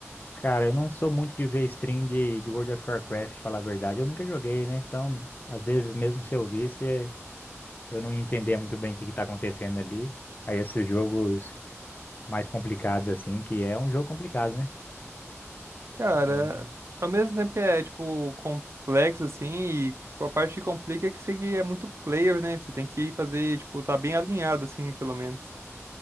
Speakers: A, on the left; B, on the right.
A: cara, eu não sou muito de ver stream de, de World of Warcraft, falar a verdade. Eu nunca joguei, né? Então, às vezes, mesmo se eu visse, é, eu não entendia muito bem o que que tá acontecendo ali. Aí, esses jogos mais complicados, assim, que é um jogo complicado, né?
B: Cara,
A: É,
B: ao mesmo tempo que é, tipo, complexo, assim, e tipo, a parte que complica é que você é muito player, né? Você tem que fazer, tipo, tá bem alinhado, assim, pelo menos.